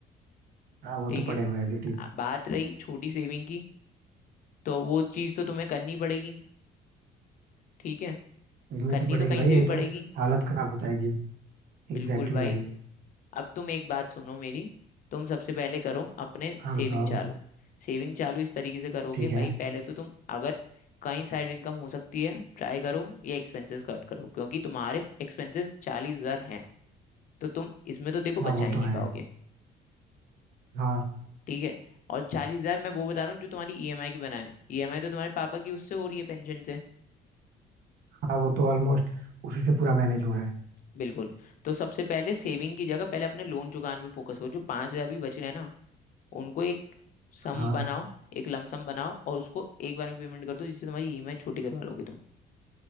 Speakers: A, on the right (about 70°); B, on the left (about 50°).
A: हाँ वो
B: ठीक
A: तो पड़े
B: है
A: हुए एज इट इज
B: आ- बात रही छोटी सेविंग की तो वो चीज तो तुम्हें करनी पड़ेगी ठीक है
A: करनी
B: करनी
A: तो पड़ेगी
B: तो कहीं
A: भाई
B: से
A: ये
B: भी
A: तो
B: पड़ेगी
A: हालत खराब हो जाएगी एग्जैक्टली
B: बिल्कुल भाई
A: exactly भाई
B: अब तुम एक बात सुनो मेरी तुम सबसे पहले करो अपने
A: हाँ
B: सेविंग
A: बताओ
B: चालू सेविंग चालू इस तरीके से करोगे
A: ठीक है
B: भाई पहले तो तुम अगर कहीं साइड इनकम हो सकती है ट्राई करो या एक्सपेंसेस कट करो क्योंकि तुम्हारे एक्सपेंसेस चालीस हजार हैं तो तुम इसमें तो देखो
A: हाँ
B: बचा
A: वो
B: ही नहीं
A: तो है
B: पाओगे
A: हाँ
B: ठीक है और चालीस हजार मैं वो बता रहा हूँ जो तुम्हारी ईएमआई की बना है ईएमआई तो तुम्हारे पापा की उससे हो रही है पेंशन से
A: हाँ वो तो ऑलमोस्ट उसी से पूरा मैनेज हो रहा है
B: बिल्कुल तो सबसे पहले सेविंग की जगह पहले अपने लोन चुकाने पे फोकस करो जो पांच हजार भी बच रहे हैं ना उनको एक सम
A: हाँ
B: बनाओ एक लमसम बनाओ और उसको एक बार में पेमेंट कर दो जिससे तुम्हारी ईएमआई छोटी करवा लोगे तुम